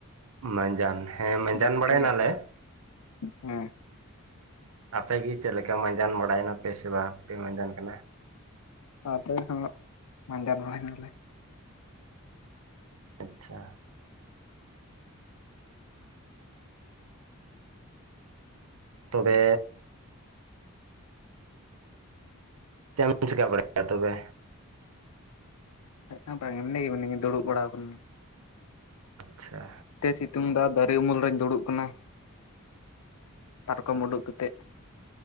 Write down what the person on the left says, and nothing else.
ᱵᱟᱥᱠᱮᱭᱟᱜ
ᱦᱮᱸ
ᱦᱮᱸ ᱛᱚᱵᱮ ᱠᱷᱟᱱ ᱢᱟ ᱢᱟᱡᱟᱱ ᱵᱟᱲᱟ ᱭᱮ ᱱᱟ ᱞᱮ
ᱦᱸ ᱵᱟᱝ ᱮᱢᱱᱤ ᱜᱮ ᱢᱤᱱᱟᱹᱧᱟ ᱫᱩᱲᱩᱵ ᱵᱟᱲᱟ ᱟᱠᱟᱱᱟᱹᱧ
ᱛᱮ ᱥᱤᱛᱩᱝ ᱫᱟ ᱫᱟᱨᱮ ᱩᱢᱩᱞ ᱨᱤᱧ ᱫᱩᱲᱩᱵ ᱠᱟᱱᱟ ᱯᱟᱨᱠᱚᱢ ᱩᱰᱩᱠ ᱠᱟᱛᱮᱫ